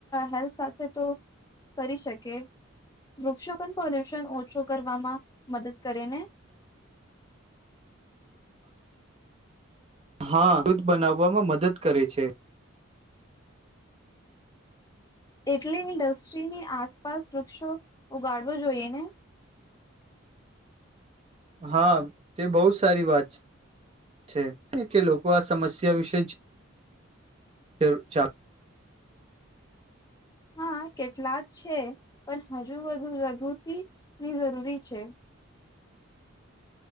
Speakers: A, on the left; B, on the right.
A: હેલ્પ સાથે તો કરી શકે વૃક્ષો પણ પોલ્યુશન ઓછું કરવામાં મદદ કરે ને
B: હા દૂધ બનાવવામાં મદદ કરે છે
A: એટલે ઇન્ડસ્ટ્રીની આસપાસ વૃક્ષો ઉગાડવા જોઈએ ને
B: હા તે બહુ સારી વાત છે કે લોકો આ સમસ્યા વિશે ફ ચાલ
A: હા કેટલાક છે પણ હજુ બધુ જાગૃતિની જરૂરી છે